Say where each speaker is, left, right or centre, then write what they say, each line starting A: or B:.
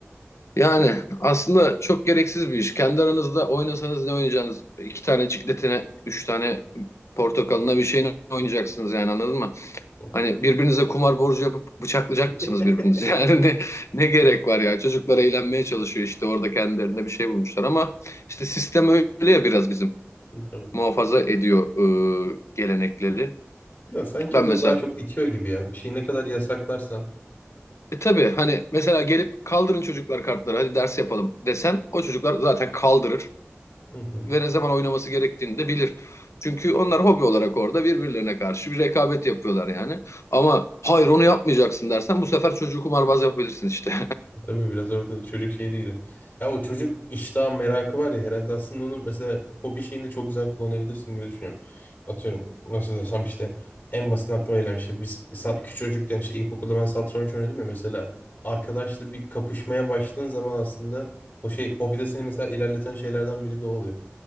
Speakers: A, on the left; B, on the left.
A: Yani aslında çok gereksiz bir iş. Kendi aranızda oynasanız ne oynayacaksınız? İki tane cikletine, üç tane portakalına bir şeyine oynayacaksınız yani anladın mı?
B: orada.
A: Hani birbirinize kumar borcu yapıp bıçaklayacak
B: <laughs>
A: mısınız birbirinizi? <laughs> Yani ne, ne gerek var ya? Çocuklar eğlenmeye çalışıyor işte orada kendilerine bir şey bulmuşlar ama işte sistem öyle ya biraz bizim
B: Tabii.
A: muhafaza ediyor e, gelenekleri.
B: Ya sanki
A: Ben
B: o da
A: mesela
B: daha çok itiyor gibi yani. Bir şeyi ne kadar yasaklarsan.
A: e tabii hani mesela gelip kaldırın çocuklar kartları hadi ders yapalım desen o çocuklar zaten kaldırır.
B: Hı hı.
A: ve ne zaman oynaması gerektiğini de bilir. Çünkü onlar hobi olarak orada birbirlerine karşı bir rekabet yapıyorlar yani. Ama hayır onu yapmayacaksın dersen bu sefer çocuğu kumarbaz yapabilirsin işte.
B: Tabii biraz orada çocuk şeyi de giriyor. Ya o çocuk iştah merakı var ya herhalde aslında onu mesela hobi şeyinde çok güzel kullanabilirsin gibi düşünüyorum. Atıyorum nasıl desem işte en basit aklıma gelen işte biz sa- küçük çocukken işte ilkokulda ben satranç oynuyordum ya mesela arkadaşla bir kapışmaya başladığın zaman aslında o şey hobide seni mesela ilerleten şeylerden biri de o oluyor.